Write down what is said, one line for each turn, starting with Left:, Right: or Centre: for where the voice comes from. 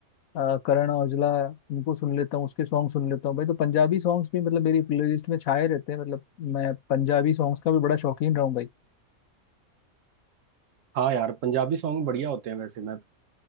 Left: अ, करण औजला उनको सुन लेता हूँ उसके सॉन्ग सुन लेता हूँ भाई तो पंजाबी सॉन्ग्स भी मतलब मेरी प्लेलिस्ट में छाए रहते हैं मतलब मैं पंजाबी सॉन्ग्स का भी बड़ा शौकीन रहा हूँ भाई
Right: हाँ यार पंजाबी सॉन्ग बढ़िया होते हैं वैसे मैं